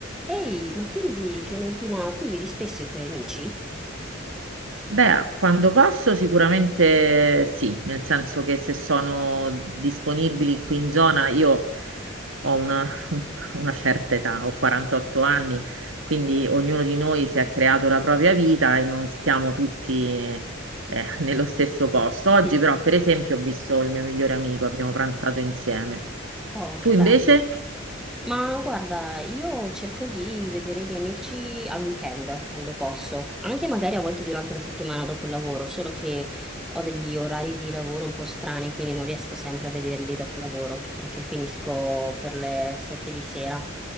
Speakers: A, in the centre; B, on the right (about 80°).
A: Ehi, ma quindi Clementina, tu vedi spesso i tuoi amici? <laughs>
B: Beh, quando posso sicuramente sì, nel senso che se sono disponibili qui in zona, io ho una, <laughs> una certa età, ho 48 anni, quindi ognuno di noi si è creato la propria vita e non stiamo tutti eh, <laughs> nello stesso posto. Oggi
A: Mm.
B: però, per esempio, ho visto il mio migliore amico, abbiamo pranzato insieme.
A: Oh,
B: Tu
A: che
B: invece?
A: bello. Ma guarda, io cerco di vedere i miei amici al weekend, quando posso, anche magari a volte durante la settimana dopo il lavoro, solo che ho degli orari di lavoro un po' strani, quindi non riesco sempre a vederli dopo il lavoro, perché finisco per le sette di sera.